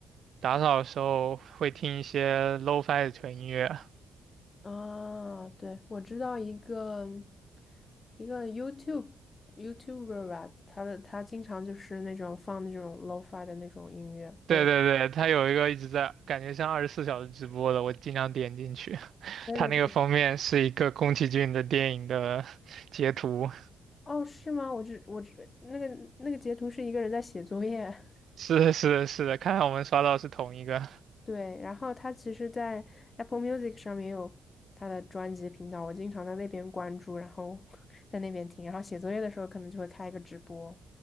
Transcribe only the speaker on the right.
打扫的时候会听一些 lo-fi w 的纯音乐。
对对对，它有一个一直在，感觉像二十四小时直播的，我经常点进去。
它那个封面是一个宫崎骏的电影的截图。
是的，是的，是的，看来我们刷到是同一个